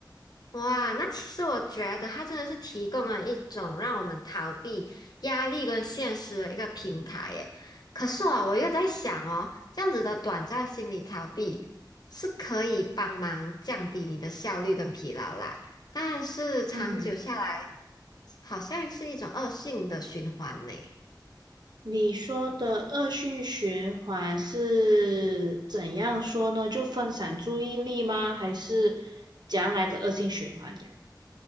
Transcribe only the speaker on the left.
哇，那其实我觉得它真的是提供了一种让我们逃避压力跟现实的一个平台耶。可是啊，我又在想哦，这样子的短暂心理逃避是可以帮忙降低你的效率跟疲劳啦，但是长久下来，
好像是一种恶性的循环呢。